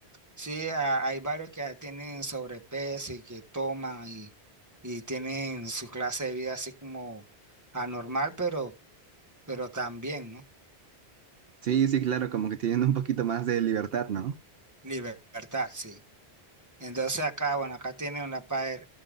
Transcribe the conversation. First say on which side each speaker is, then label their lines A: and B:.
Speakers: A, on the right; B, on the right.
A: sí, a- hay varios que tienen sobrepeso y que toman y, y tienen su clase de vida así como anormal, pero, pero también, ¿no?
B: Sí, sí, claro, como que tienen un poquito más de libertad, ¿no?
A: Libertad, sí. Entonces acá, bueno, acá tienen una para